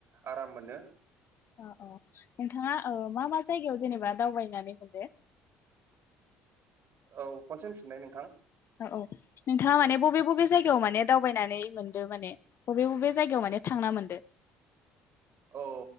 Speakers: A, on the right; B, on the left.
A: आराम मोनो।
B: औ औ ओ नोंथाङा मा मा जायगायाव जेनेबा दावबायनानै मोनदो?
A: औ खनसे होन फिननाय नोंथां।
B: औ औ नोंथाङा माने बबे बबे जायगायाव माने दावबायनानै मोनदो माने बबे बबे जायगायाव माने थांना मोनदो?
A: औ